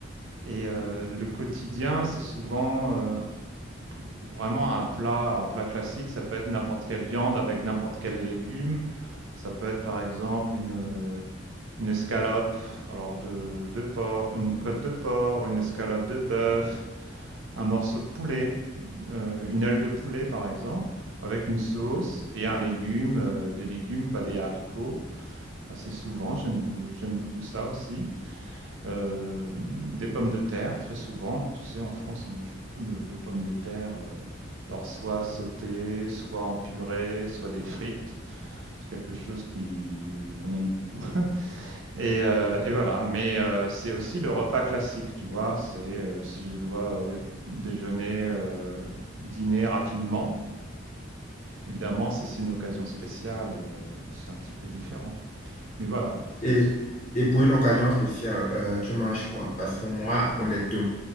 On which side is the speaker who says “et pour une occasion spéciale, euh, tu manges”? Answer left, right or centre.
Left